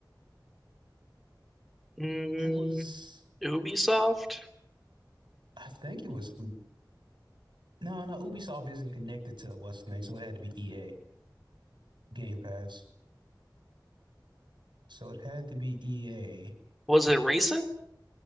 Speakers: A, in the centre; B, on the right.
A: Mm,
B: It was.
A: Ubisoft?
B: I think it was. No, no, Ubisoft isn't connected to what's the name, so it had to be EA Game Pass. So it had to be EA.
A: Was it recent?